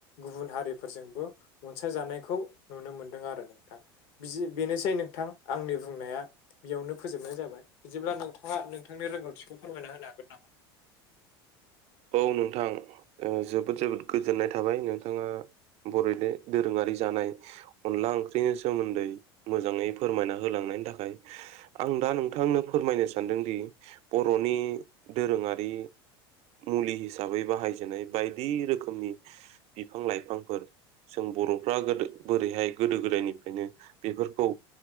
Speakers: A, on the left; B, on the right.
A: गुबुन हारिफोरजोंबो अनसायजानायखौ नुनो मोनदों आरो नोंथां बिदि बेनोसै नोंथां आंनि बुंनाया बेयावनो फोजोबनाय जाबाय बिदिब्ला नोंथाङा नोंथांनि रोंगौथिखौ फोरमायना होनो हागोन नामा
B: औ नोंथां जोबोद जोबोद गोजोननाय थाबाय नोंथाङा बर'नि दोरोङारि जानाय। अनला ओंख्रिनि सोमोन्दै मोजाङै फोरमायना होलांनायनि थाखाय आं दा नोंथांनो फोरमायनो सान्दोंदि बर'नि दोरोङा रि मुलि हिसाबै बाहायजनाय बायदि रोखोमनि बिफां लाइफांफोर जों बर'फ्रा गोदो बोरैहाय गोदो गोदायनिफ्रायनो बेफोरखौ